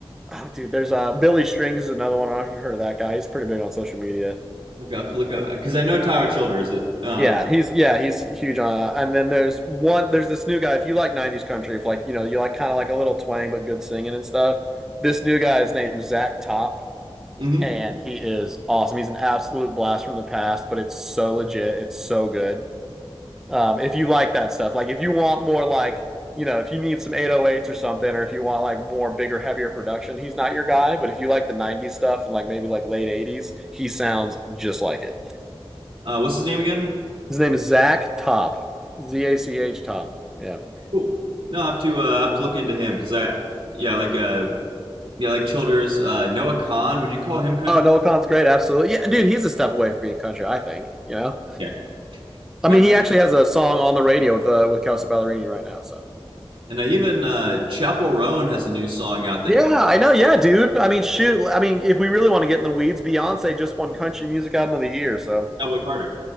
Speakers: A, in the centre; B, on the right.
A: oh, dude, there's uh, Billy Strings is another one. I don't know if you heard of that guy. He's pretty big on social media.
B: Okay, I will have to look up because I know Tyler Childers. That uh,
A: Yeah, he's yeah he's huge on. Uh, and then there's one. There's this new guy. If you like '90s country, if like you know you like kind of like a little twang but good singing and stuff. This new guy is named Zach Top,
B: mhm.
A: and he is awesome. He's an absolute blast from the past, but it's so legit. It's so good. Um, if you like that stuff, like if you want more, like you know, if you need some 808s or something, or if you want like more bigger, heavier production, he's not your guy. But if you like the 90s stuff and like maybe like late 80s, he sounds just like it.
B: uh, what's his name again?
A: His name is Zach Top, Z A C H Top. Yeah.
B: Cool. No, I have to uh, I have to look into him because I yeah like uh yeah like Childers. Uh, Noah Kahn. Would you call him country?
A: Oh, Noah Khan's great. Absolutely. Yeah, dude, he's a step away from being country, I think. You know,
B: Yeah.
A: I
B: No,
A: mean, he actually has a song on the radio with uh, with Kelsey Ballerini right now. So
B: And uh, even uh, Chapel Roan has a new song out that
A: yeah, I know. Yeah, dude. I mean, shoot. I mean, if we really want to get in the weeds, Beyonce just won Country Music Album of the Year. So
B: <laughs> Cowboy Carter.